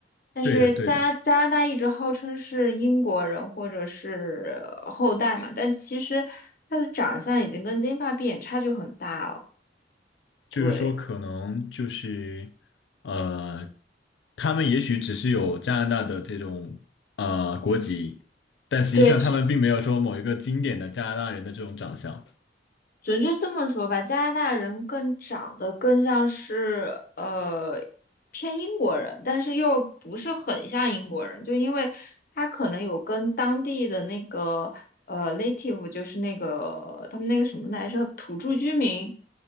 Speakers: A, on the left; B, on the left.
A: 但是加加拿大一直号称是英国人或者是呃后代嘛，
B: 对的，对的。
A: 但其实他的长相已经跟金发碧眼差距很大了。对，
B: 就是说，可能就是，呃，他们也许只是有加拿大的这种呃国籍，但实际上他们并没有说某一个经典的加拿大人的这种长相。
A: 对，准确这么说吧，加拿大人更长得更像是呃偏英国人，但是又不是很像英国人，就因为他可能有跟当地的那个呃 native，就是那个他们那个什么来着，土著居民